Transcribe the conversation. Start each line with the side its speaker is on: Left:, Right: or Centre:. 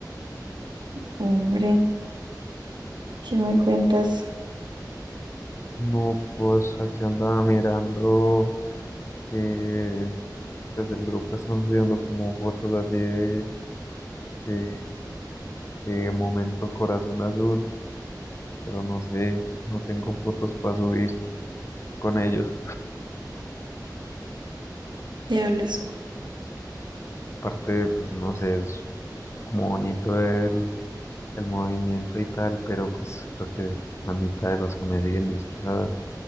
Right: Hombre, ¿qué me cuentas?
Left: No, pues aquí andaba mirando que pues del grupo están subiendo como fotos así de que, que momento corazón azul, pero no sé, no tengo fotos para subir con ellos.
Right: Diablos,
Left: Aparte, pues no sé, es como bonito el, el movimiento y tal, pero pues creo que la mitad de los que me siguen ni siquiera